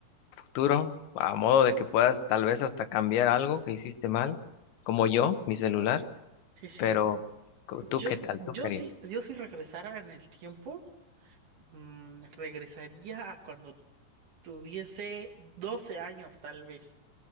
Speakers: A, on the left; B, on the right.
A: futuro, a modo de que puedas tal vez hasta cambiar algo que hiciste mal, como yo, mi celular,
B: Ajá. Sí, sí.
A: pero co-
B: Yo,
A: ¿tú qué tal?
B: yo
A: ¿Tú qué harías?
B: sí, yo si regresara en el tiempo, mm, regresaría a cuando tuviese 12 años tal vez.